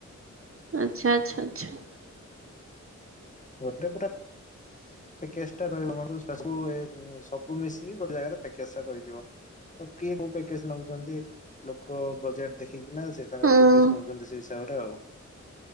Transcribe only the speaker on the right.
ଆଚ୍ଛା ଆଚ୍ଛା ଆଚ୍ଛା।
ହଁ।